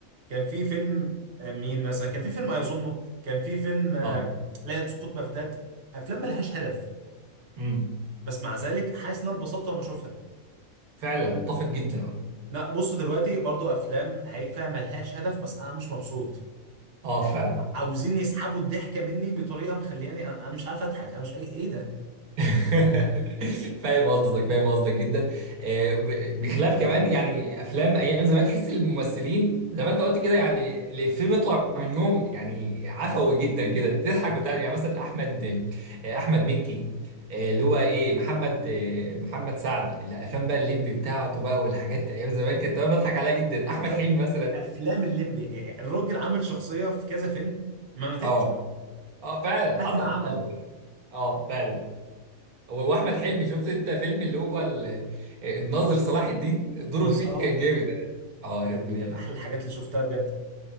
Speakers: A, on the right (about 45°); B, on the right (about 85°).
A: كان في فيلم آه، مين مثلا كان في فيلم اظنه كان في فيلم آه،
B: اه
A: ليله سقوط بغداد افلام ملهاش هدف
B: امم
A: بس مع ذلك حاسس ان انا اتبسطت وانا بشوفها
B: فعلا اتفق جدا
A: لا بص دلوقتي برضو افلام هايفه ملهاش هدف بس انا مش مبسوط
B: اه فعلا
A: عاوزين يسحبوا الضحكه مني بطريقه مخلياني انا أنا مش عارف اضحك انا مش اي ايه ده
B: <laughs> فاهم قصدك فاهم قصدك جدا آه، ب- بخلاف كمان يعني افلام ايام زمان تحس الممثلين زي ما انت قلت كده يعني الافيه بيطلع منهم يعني عفوي جدا كده تضحك وتعمل يعني مثلا احمد آه، احمد مكي آه، اللي هو ايه محمد آه، محمد سعد الافلام بقى الليمبي بتاعته بقى والحاجات ايام زمان كانت أنا بضحك عليها جدا احمد
A: او فاهم
B: حلمي مثلا
A: افلام الليمبي يعني الراجل عمل شخصيه في كذا فيلم ما ماتتش
B: اه اه فعلا
A: مهما
B: حصل
A: عمل
B: اه اه فعلا هو واحمد حلمي شفت انت فيلم اللي هو ال- الناظر صلاح الدين دوره
A: نز
B: فيه
A: اه
B: كان جامد ده اه يعني
A: كان كان احلى الحاجات اللي شفتها بجد